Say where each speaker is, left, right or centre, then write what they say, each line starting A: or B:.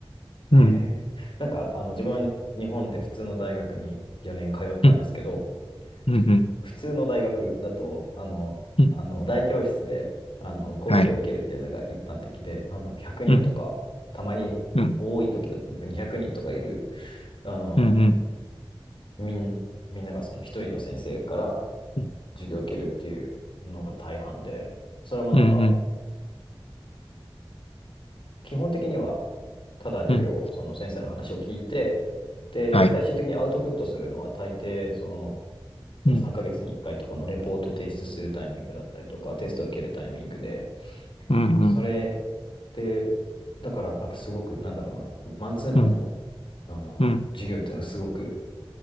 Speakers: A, on the left (about 90°); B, on the left (about 60°).
A: うん、
B: へえ。なんか、あの、自分はに日本で普通の大学に4年通ったんですけど、
A: うん、うん、
B: ふ普通の大学だと、
A: うん。
B: あの、
A: うん
B: あの大教室であの講義を受けるっていうのが一般的で、
A: はい。
B: なんだろう、100人とか、
A: うん、
B: たまに多い時だとなんか200人とかいる、
A: うん、
B: あの、
A: うん、うん、
B: みん、みんながその一人の先生から
A: うん、
B: 授業を受けるっていうのが大半で、それもなんか、
A: うん、
B: 基本的にはただ授業を、
A: うん、
B: その先生の話を聞いて、で、
A: はい。
B: 最終的にアウトプットするのは大抵、その、
A: うん、
B: 3ヶ月に1回とかのレポート提出するタイミングだったりとか、テストを受けるタイミングで、
A: うん、うん、
B: それで、だから、なんかすごく、なんだろうな、マンツーマンの、
A: うん、
B: あの、
A: うん。
B: 授業っていうのはすごく、